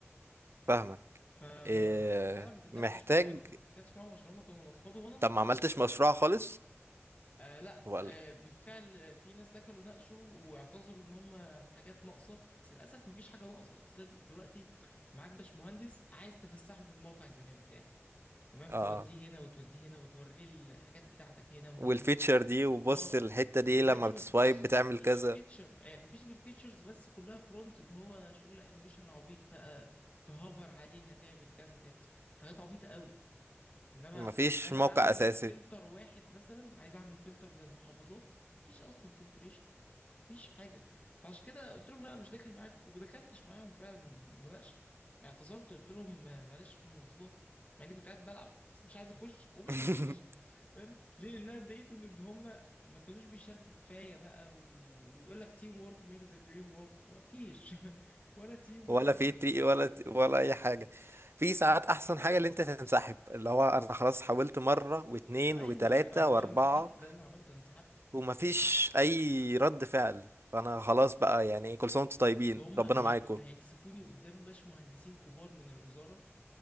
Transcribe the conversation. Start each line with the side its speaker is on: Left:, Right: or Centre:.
Right: فاهمك
Left: ف
Right: إيه
Left: فانا ما دخلتش
Right: محتاج
Left: معاهم ما دخلتش معاهم عشان هما كانوا نفضوا وانا نفضت
Right: طب ما عملتش مشروع خالص
Left: آه لا
Right: ولا
Left: آه بالفعل في ناس دخلوا ناقشوا واعتذروا ان هم حاجات ناقصه بس للاسف مفيش حاجه ناقصه اصل انت دلوقتي معاك باش مهندس عايز تفسحه في الموقع زي ما بيتقال تمام
Right: اه
Left: توديه هنا وتوديه هنا وتوريه الحاجات بتاعتك هنا وهنا
Right: والفيتشر دي وبص
Left: اه
Right: الحتة دي
Left: دلوقتي
Right: لما بتسوايب
Left: مفيش
Right: بتعمل
Left: مفيش
Right: كذا
Left: فيتشر آه مفيش غير فيتشرز بس كلها فرونت اللي هو شغل انيميشن عبيط بقى تهوفر عليها تعمل كذا تعمل حاجات عبيطة قوي انما
Right: مفيش
Left: ان انا
Right: موقع
Left: اعمل
Right: اساسي
Left: فلتر واحد مثلا عايز اعمل فلتر للمحافظات مفيش اصلا فلتريشن مفيش حاجه فعشان كده قلت لهم لا انا مش داخل معاكم وما دخلتش معاهم فعلا المناقشه يعني اعتذرت وقلت لهم آه، معلش في المواصلات مع اني كنت قاعد بلعب بس مش عايز اخش ومش
Right: <laughs>
Left: هخش فاهم ليه لان انا اتضايقت من ان هم ما كانوش بيشاركوا كفايه بقى و... ويقول لك تيم وورك ميك ذا دريم وورك ما فيش <laughs> ولا تيم
Right: ولا
Left: ولا وورك
Right: في تي
Left: ولا...
Right: ولا ت- ولا اي حاجه في ساعات احسن حاجه اللي انت تنسحب اللي هو انا خلاص حاولت مره واتنين
Left: ايوه
Right: وتلاته
Left: انا ما
Right: واربعه
Left: أنا انسحبت ده اللي انا عملته انا انسحبت
Right: ومفيش اي رد فعل فانا خلاص
Left: اصل
Right: بقى يعني كل سنه وانتم طيبين
Left: هم
Right: ربنا
Left: هيك...
Right: معاكم
Left: هيكسفوني قدام باش مهندسين كبار من الوزاره